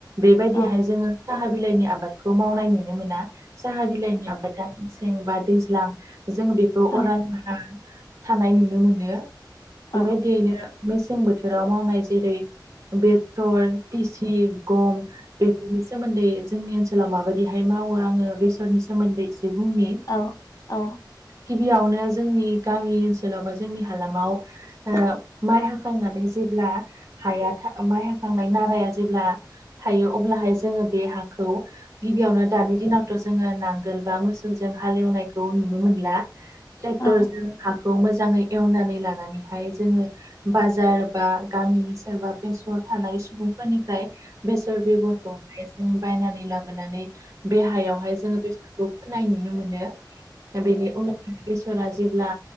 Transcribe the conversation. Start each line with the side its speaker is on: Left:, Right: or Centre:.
Right: बेबायदिहाय
Left: औ
Right: जोङो साहा बिलाइनि आबादखौ मावनाय नुनो मोना साहा बिलाइनि म दा मेसें बा दैज्लां जों बेखौ
Left: औ
Right: अराय बारा थानाय नुनो मोनो
Left: औ
Right: बेबायदियैनो मेसें बोथोराव मावनाय जेरै बेदर तिसि गम बे बेनि सोमोन्दै जोंनि ओनसोलाव माबायदिहाय मावो आङो बेसरनि सोमोन्दै एसे बुंनि
Left: औ औ
Right: गिबियावनो जोंनि गामि ओनसोलाव बा जोंनि हालामाव ओ‌माइ हाखांनानै जेब्ला हाया माइ हाखांनाय नाराया जेब्ला थायो अब्लाहाय जोङो बे हाखौ गिबियावनो दानि दिनावथ' जोङो नांग नांगोलबा मोसौजों हालेवनायखौ नुनो मोनला टेक्टरजों
Left: औ
Right: हा खौ मोजाङै एवनानै लानानैहाय जोङो बाजार बा गामिनि सोरबा बेसर थानाय सुबुंफोरनिफ्राय बेसर बेगरखौहाय जों बायनानै लाबोनानै बेहायावहाय जोङो बे फोनाय नुनो मोनो बेनि उनाव बेसरा जेब्ला